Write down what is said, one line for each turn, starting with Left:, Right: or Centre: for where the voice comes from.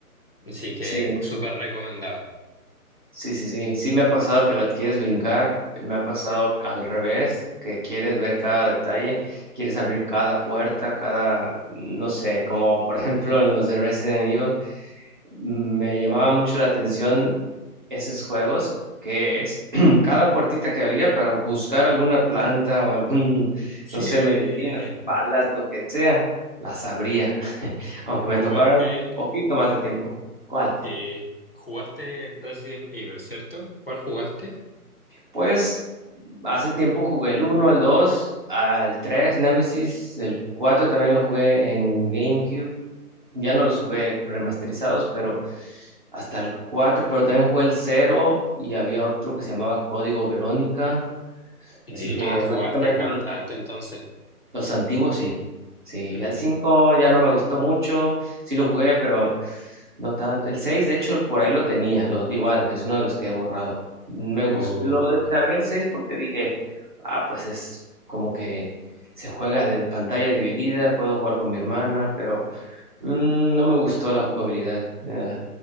Left: Así que
Right: sí,
Left: súper recomendado.
Right: sí, sí, sí. Sí me ha pasado que la quieres brincar, me ha pasado al revés, que quieres ver cada detalle, quieres abrir cada puerta, cada, no sé, como por <laughs> ejemplo en los de Resident Evil, me llamaba mucho la atención esos juegos que es <clears throat> cada puertita que había para buscar alguna planta o algún,
Left: Sí,
Right: no sé, medicina, balas, lo que sea, las abría, <laughs> aunque
Left: <laughs>
Right: me
Left: ¿jugaste?
Right: tocara un poquito más de tiempo. ¿Cuál?
Left: Sí, jugaste Resident Evil, ¿cierto? ¿Cuál jugaste?
Right: Pues hace tiempo jugué el uno el 2 el 3 Nemesis, el 4 también lo jugué en GameCube. Ya no los jugué remasterizados, pero hasta el 4 pero también jugué el cero y había otro que se llamaba Código Verónica.
Left: Sí.
Right: Así que
Left: Ah, jugaste
Right: básicamente
Left: bastante
Right: los,
Left: entonces.
Right: los antiguos sí. Sí,
Left: Mm,
Right: ya el 5 ya no me gustó mucho. Sí lo jugué, pero no tanto. El 6 de hecho, por ahí lo tenía. Lo, igual, es uno de los que he borrado. Me gustó,
Left: uh,
Right: lo descargué el 6 porque dije, ah, pues es como que se juega de pantalla dividida, puedo jugar con mi hermana, pero mm, no me gustó la jugabilidad. Eh,